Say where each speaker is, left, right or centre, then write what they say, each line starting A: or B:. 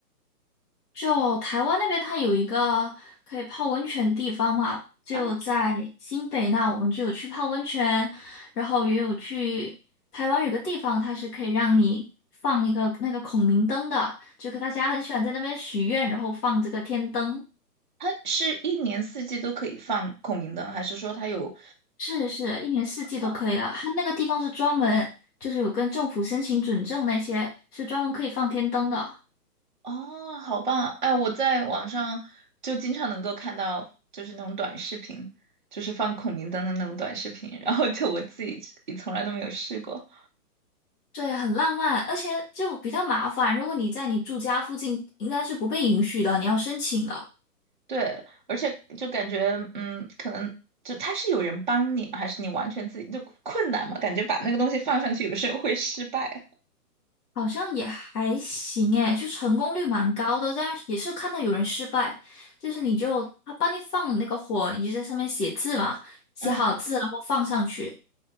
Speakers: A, on the left; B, on the right.
A: 就台湾那边，它有一个可以泡温泉的地方嘛，就在新北那，
B: 啊？
A: 我们就有去泡温泉，然后也有去台湾有个地方，它是可以让你放一个那个孔明灯的，就可大家很喜欢在那边许愿，然后放这个天灯，
B: 它是一年四季都可以放孔明灯，还是说它有？
A: 是是，一年四季都可以的。
B: 嗯
A: 它那个地方是专门就是有跟政府申请准证那些，是专门可以放天灯的。
B: 哦，好棒！哎，我在网上就经常能够看到，就是那种短视频，就是放孔明灯的那种短视频，然后就我自己也从来都没有试过。
A: 对，很浪漫，而且就比较麻烦。如果你在你住家附近，应该是不被允许的，你要申请了。
B: 对，而且就感觉，嗯，可能就他是有人帮你吗？还是你完全自己就困难嘛？感觉把那个东西放上去，有时候会失败。
A: 好像也还行诶，就成功率蛮高的，但是也是看到有人失败，就是你就他帮你放了那个火，你就在上面写字嘛，写好字然后放上去。
B: 嗯，